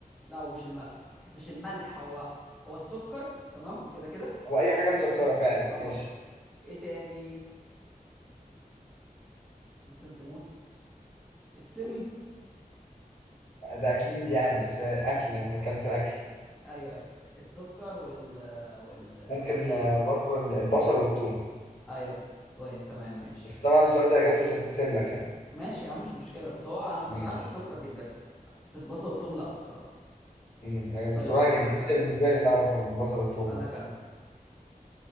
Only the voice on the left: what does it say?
هو اي حاجة مسكرة فعلا
ماشي
ده اكيد يعني بس اكل احنا بنتكلم في الاكل
ممكن
آه، برضو ال- البصل والثوم
بس طبعا السؤال ده اجابته مش هتحسب لك يعني
ماشي
امم
بصراحه
كانت جديده
بالنسبه لي ان اعرف البصل والثوم
ده